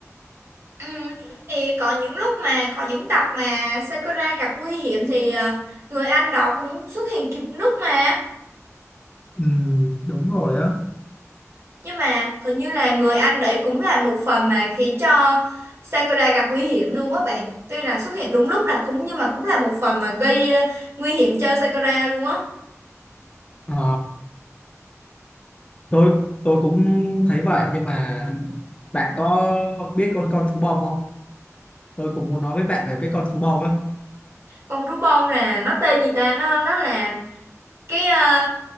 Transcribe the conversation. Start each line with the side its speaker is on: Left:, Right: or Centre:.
Right: Ừ. Thì có những lúc mà có những tập mà Sakura gặp nguy hiểm thì ờ, người anh đó cũng xuất hiện kịp lúc mà.
Left: ừ, đúng rồi á
Right: Nhưng mà hình như là người anh đấy cũng là một phần mà khiến cho Sakura gặp nguy hiểm luôn á bạn. Tuy là xuất hiện đúng lúc là cũng nhưng mà cũng là một phần mà gây ờ, nguy hiểm cho Sakura luôn á.
Left: Ờ, tôi tôi cũng thấy vậy nhưng mà bạn có biết con con thú bông không tôi cũng muốn nói với bạn về cái con thú bông á
Right: Con thú bông là nó tên gì ta? Nó nó là cái ờ,